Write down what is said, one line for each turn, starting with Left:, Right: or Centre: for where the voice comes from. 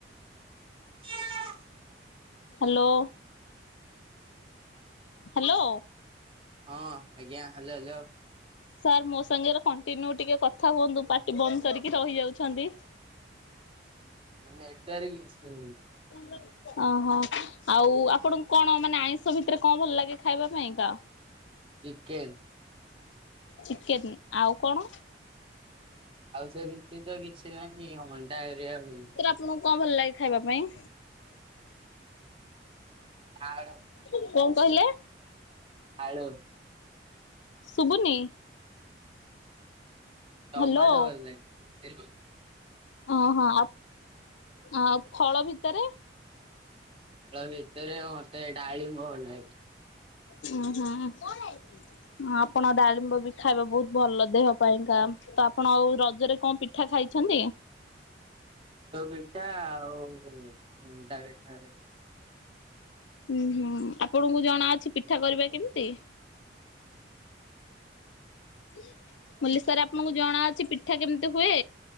Right: <inaudible>
Left: ହ୍ୟାଲୋ ହ୍ୟାଲୋ
Right: ହଁ ଆଜ୍ଞା ହ୍ୟାଲୋ ହ୍ୟାଲୋ
Left: ସାର୍ ମୋ ସାଙ୍ଗରେ କଣ୍ଟିନ୍ୟୁ ଟିକେ କଥା ହୁଅନ୍ତୁ ପାଟି ବନ୍ଦ କରିକି ରହିଯାଉଛନ୍ତି।
Right: Network issue.
Left: ଗ <inaudible> ଓହୋ ଆଉ ଆପଣଙ୍କୁ କଣ ମାନେ ଆଇଁଷ ଭିତରେ କଣ ଭଲ ଲାଗେ ଖାଇବା ପାଇଁକା?
Right: ଚିକେନ୍‌
Left: ଚିକେନ ଆଉ କଣ?
Right: ଆଉ ସେମିତି ତ କିଛି ନାହିଁ ଅଣ୍ଡା ହେରିକା।
Left: ତୁମଙ୍କୁ କଣ ଭଲ ଲାଗେ ଖାଇବା ପାଇଁ?
Right: ଆଳୁ
Left: କଣ କହିଲେ?
Right: ଆଳୁ
Left: ଶୁଭୁନି।
Right: ଟମାଟୋ
Left: ହ୍ୟାଲୋ
Right: ଭଲ ଲାଗେ।
Left: ଓହୋ ଆଉ ଫଳ ଭିତରେ
Right: ଫଳ ଭିତରେ ମତେ ଡାଳିମ୍ବ ଭଲ ଲାଗେ।
Left: ହଁ ହଁ। ହ ଆପଣ ଡାଳିମ୍ବ ବି ଖାଇବା ବହୁତ ଭଲ ଦେହ ପାଇଁକା ତ ଆପଣ ଆଉ ରଜରେ କଣ ପିଠା। ପିଠା ଖାଇଛନ୍ତି?
Right: ମିିଠା ଆଉ <unintelligible>
Left: ହୁଁ ହୁଁ ଆପଣଙ୍କୁ ଜଣା ଅଛି ପିଠା କରିବା କେମିତି? ମୁଁ କହିଲି ସାର୍‌ ଆପଣଙ୍କୁ ଜଣାଅଛି ପିଠା କେମିତି ହୁଏ।